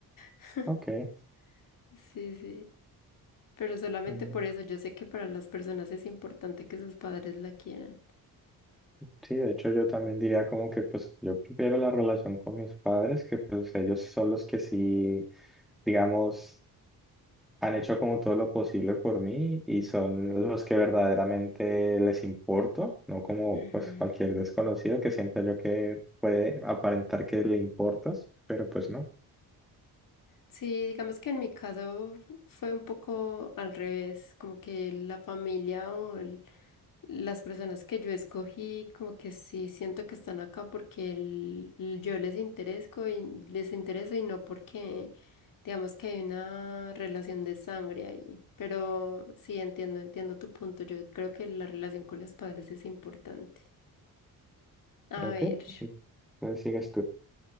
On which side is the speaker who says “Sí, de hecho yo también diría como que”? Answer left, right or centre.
Centre